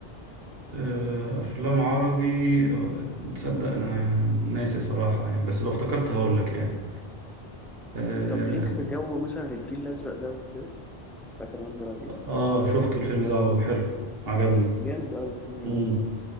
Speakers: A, on the right (about 65°); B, in the centre.
A: آه، افلام عربي آه، تصدق انا ناسي صراحه يعني بس لو افتكرت هقول لك يعني اه
B: طب ليك في جو مثلا الفيل الازرق ده وكده بتاع كريم عبد العزيز
A: آه، شفته الفيلم ده وحلو عجبني
B: جامد قوي الفيلم
A: مم.
B: ده